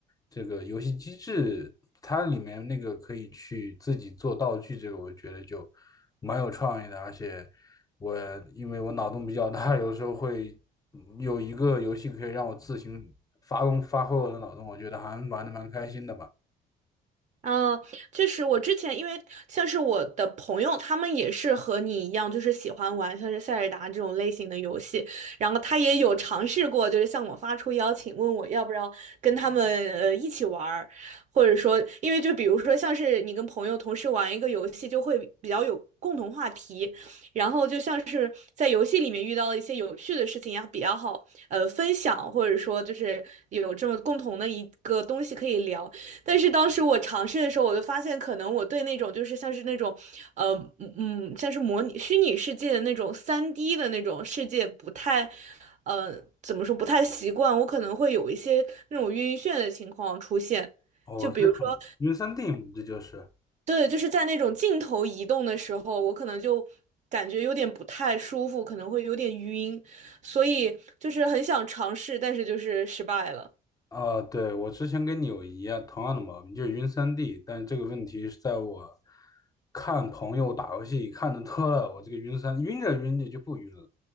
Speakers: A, on the left; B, on the right.
A: 这个游戏机制，它里面那个可以去自己做道具，这个我觉得就蛮有创意的，而且。我因为我脑洞比较大，有时候会嗯有一个游戏可以让我自行发动发挥我的脑洞，我觉得还玩的蛮开心的吧。
B: 嗯，确实，我之前因为像是我的朋友，他们也是和你一样，就是喜欢玩像是塞尔达这种类型的游戏，然后他也有尝试过，就是向我发出邀请，问我要不要跟他们呃一起玩儿或者说，因为就比如说像是你跟朋友同时玩一个游戏，就会比较有共同话题，然后就像是在游戏里面遇到了一些有趣的事情呀，比较好呃分享，或者说就是有这么共同的一个东西可以聊。但是当时我尝试的时候，我就发现，可能我对那种就是像是那种，呃，嗯嗯，像是模拟虚拟世界的那种三 d 的那种世界不太，呃，怎么说不太习惯，我可能会有一些那种晕眩的情况出现。
A: 哦，
B: 就比如说，
A: 是很晕三 D 嘛，这就是。
B: 对，就是在那种镜头移动的时候，我可能就感觉有点不太舒服，可能会有点晕，所以就是很想尝试，但是就是失败了。
A: 啊、对，我之前跟你有一样同样的毛病，就是晕三 D，但这个问题是在我看朋友打游戏看的多了，我这个晕三晕着晕着就不晕了。